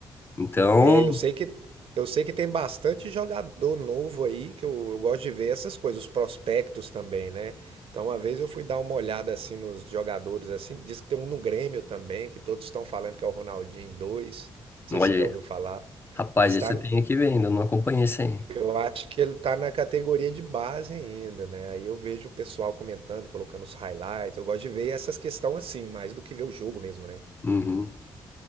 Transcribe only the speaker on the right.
É, eu sei que eu sei que tem bastante jogador novo aí, que eu, eu gosto de ver essas coisas, os prospectos também, né? Então, uma vez eu fui dar uma olhada assim nos jogadores assim, diz que tem um no Grêmio também, que todos estão falando que é o Ronaldinho 2. Não sei
se você já ouviu
falar,
mas
tá,
eu acho que ele tá na categoria de base ainda, né? Aí eu vejo o pessoal comentando, colocando os highlights. Eu gosto de ver essas questões assim, mais do que ver o jogo mesmo, né?